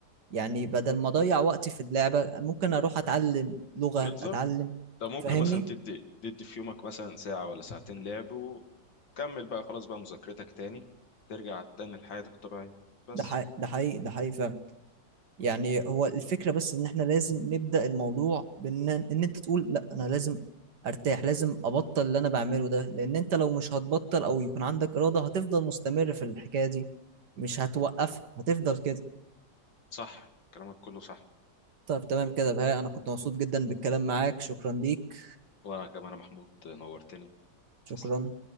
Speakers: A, on the right (about 65°); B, on the left (about 85°).
A: يعني بدل ما اضيع وقتي في اللعبة ممكن اروح اتعلم لغة
B: بالظبط
A: اتعلم
B: ده ممكن
A: فاهمني
B: مثلا تدي تدي في يومك مثلا ساعه ولا ساعتين لعب وكمل بقى خلاص بقى مذاكرتك تاني ترجع تاني لحياتك الطبيعيه بس
A: ده حقيقي ده حقيقي ده حقيقي فعلا يعني هو الفكرة بس ان احنا لازم نبدأ الموضوع بان ان انت تقول لا انا لازم ارتاح لازم ابطل اللي انا بعمله ده لان انت لو مش هتبطل او يكون عندك إرادة هتفضل مستمر في الحكاية دي مش هتوقفها هتفضل كده
B: صح كلامك كله صح
A: طب تمام كده بهاء انا كنت مبسوط جدا بالكلام معاك شكرا ليك
B: وانا كمان يا محمود نورتني
A: شكرا
B: تسلم